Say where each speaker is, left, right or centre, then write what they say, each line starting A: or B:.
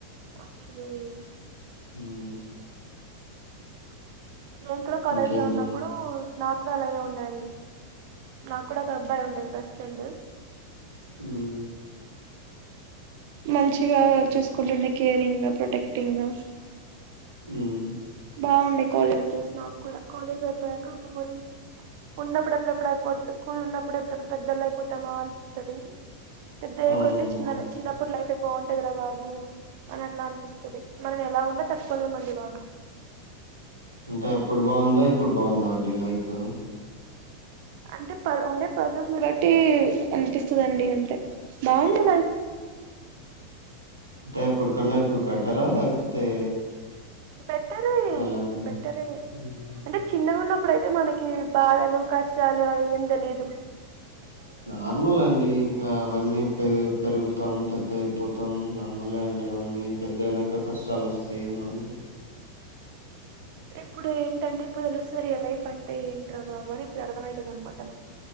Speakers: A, on the right (about 50°); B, on the right (about 85°).
A: ఆత్ ను
B: హ్మ్
A: నేను కూడా కాలేజ్
B: ఇంకేంటండి
A: లో ఉన్నప్పుడు నాక్ కూడా అలాగే ఉందండి నాకు కూడా ఒక అబ్బాయి ఉండే బెస్ట్ ఫ్రెండ్
B: హ్మ్
A: మంచిగా చూసుకుంటుండే కేరింగ్ గా ప్రొటెక్టింగ్ గా
B: హ్మ్
A: బా ఉండే కాలేజ్ తెలుసు మాకు కూడా కాలేజ్ అయిపోయాక బో ఉన్నప్పుడు ఎప్పుడప్పుడు అయిపోత స్కూల్ ఉన్నప్పుడు ఎప్పుడప్పుడు పెద్దోళ్ళు అయిపోతామా అనిపిస్తుంది పెద్దయ్యే
B: అవునండి.
A: కొద్ది చిన్న చిన్నప్పుడు లైఫ్ బాగుంటదిరా బాబు అని అట్లా అనిపిస్తది మనం ఎలా ఉన్నా తప్పుకోలేమండి బాబు
B: అంటే అప్పుడు బావుందా ఇప్పుడు బావుందా అండి లైఫు
A: అంటే ప ఉండే పర్సన్స్ నీ బట్టి అనిపిస్తదండి అంతే బాగుంది లైఫ్
B: అంటే అప్పుడికన్నా ఇప్పుడు బెటరా లేకపోతే
A: బెటరే
B: ఎలా అండి?
A: బెటరే
B: హ్మ్.
A: అంటే చిన్నగా ఉన్నప్ ఇప్పుడైతే మనకి బాధలు కష్టాలు అవి ఏం లేదు
B: నార్మల్ అండి ఇంకా అవన్నీ ప పెరుగుతాం పెద్ద అయిపోతాం మామూలే అండి ఇవన్నీ పెద్ద అయినాక కష్టాలు వస్తాయి మామూలే
A: ఇప్పుడు ఏంటంటే ఇప్పుడు తెలుస్తది రియల్ లైఫ్ అంటే ఏంట్రా బాబు అని ఇప్పుడు అర్థమయితది అన్నమాట